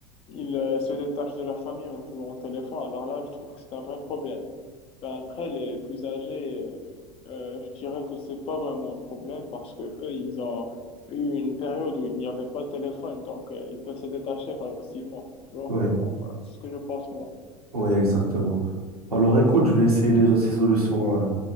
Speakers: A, on the left; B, on the right.
A: Il euh, se détache de la famille en jouant au téléphone. Alors là, je trouve que c'est un vrai problème. Ben, après, les plus âgés, euh, je dirais que c'est pas vraiment un problème parce que eux, ils ont eu une période où il n'y avait pas de téléphone, donc euh, ils peuvent se détacher facilement. Bon,
B: Oui,
A: enfin, c'est ce que je pense, moi.
B: oui, exactement. Alors écoute, je vais essayer déjà ces solutions. euh,